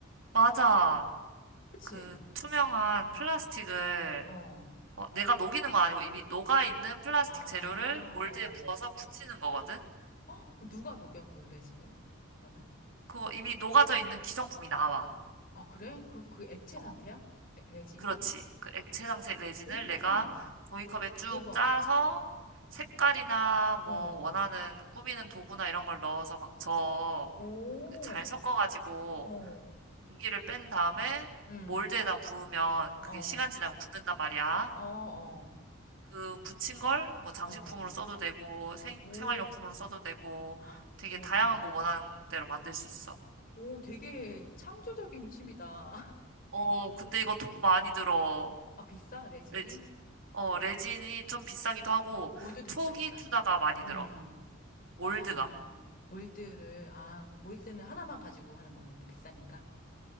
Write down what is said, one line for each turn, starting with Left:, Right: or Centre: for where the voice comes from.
Right: 맞아.
Left: 그치?
Right: 그 투명한 플라스틱을
Left: 어.
Right: 어, 내가 녹이는 건 아니고 이미 녹아 있는 플라스틱
Left: 아,
Right: 재료를 몰드에
Left: 어.
Right: 부어서 굳히는 거거든?
Left: 어? 누가 녹여, 그 레진을? 그러면?
Right: 그거 이미 녹아져 있는 기성품이 나와.
Left: 아, 그래? 그럼 그 액체
Right: 어,
Left: 상태야? 레, 레진이?
Right: 그렇지. 그 액체 장색 레진을
Left: 오,
Right: 내가 종이컵에 쭉
Left: 대박.
Right: 짜서 색깔이나
Left: 어,
Right: 뭐 원하는 꾸미는 도구나 이런 걸 넣어서 막 저,
Left: 오,
Right: 그 잘 섞어가지고
Left: 어,
Right: 공기를 뺀 다음에
Left: 음,
Right: 몰드에다 부으면 그게
Left: 어,
Right: 시간 지나면 굳는단 말이야.
Left: 어, 어,
Right: 그 굳힌 걸 뭐 장식품으로
Left: 어,
Right: 써도 되고 생,
Left: 오,
Right: 생활용품으로
Left: 오.
Right: 써도 되고 되게
Left: 어머나.
Right: 다양한 거 원하는 대로 만들 수 있어.
Left: 오, 되게 창조적인 취미다. <laughs>
Right: 어, 근데 이거 돈 많이 들어.
Left: 아, 비싸, 레진이?
Right: 레진. 어, 레진이 좀 비싸기도 하고
Left: 몰드도
Right: 초기
Left: 비싸겠다.
Right: 투자가 많이
Left: 음,
Right: 들어. 몰드가.
Left: 아, 몰드를, 아, 몰드는 하나만 가지고 하는 거야. 그러니까 비싸니까.